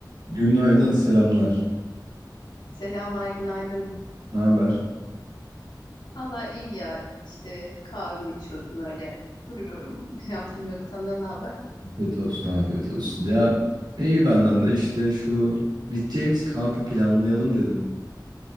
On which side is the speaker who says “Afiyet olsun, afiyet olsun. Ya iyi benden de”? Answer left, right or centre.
Right